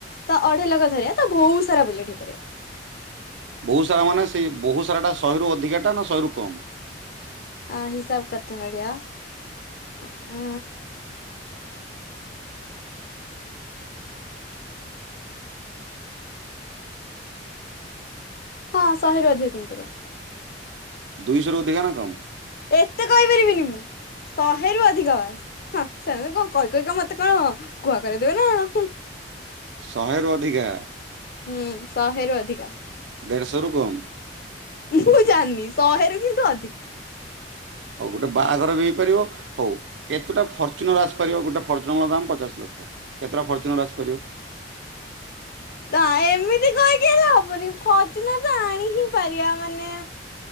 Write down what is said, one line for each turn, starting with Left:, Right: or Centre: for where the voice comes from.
Left: ତ ଅଢ଼େଇ ଲକ୍ଷ ଧରିବା ତ ବହୁ ସାରା ବୁଲେଟ୍ ହେଇପାରିବ।
Right: ବହୁତ୍ ସାରା ମାନେ ସେଇ ବହୁତ୍ ସାରା ଟା ଶହେରୁ ଅଧିକା ଟା ନା ଶହେରୁ କମ୍?
Left: ଆ ହିସାବ କେତେ ଭଳିଆ ଅଁ। ହଁ ଶହେରୁ ଅଧିକ କିଣିପାରିବା।
Right: ଦୁଇଶହରୁ ଅଧିକା ନା କମ୍?
Left: ଏତେ କହିପାରିବିନି ମୁଁ। ଶହେରୁ ଅଧିକ ହଁ ସେମିତି କଣ କହି କହିକା ମତେ କଣ କୁହା କରେଇ ଦେବେ ନା କଣ ହୁଁ।
Right: ଶହେରୁ ଅଧିକା?
Left: ହୁଁ ଶହେ ରୁ ଅଧିକା।
Right: ଦେଢ଼ଶହରୁ କମ୍?
Left: ମୁଁ ଜାଣିନି ଶହେରୁ କିନ୍ତୁ ଅଧିକା।
Right: ହଉ ଗୋଟେ ବାହାଘର ବି ହେଇପାରିବ ହଉ କେତେଟା ଫର୍ଚୁନର୍ ଆସିପାରିବ ଗୁଟେ ଫର୍ଚୁନର୍ ଦାମ୍ ପଚାଶ ଲକ୍ଷ କେତେଟା ଫର୍ଚୁନର୍ ଆସି ପାରିବ?
Left: ତା ଏମିତି କହିକି ହେଲେ ହବନି ଫର୍ଚୁନର୍ ତ ଆଣି ହିଁ ପାରିବା ମାନେ।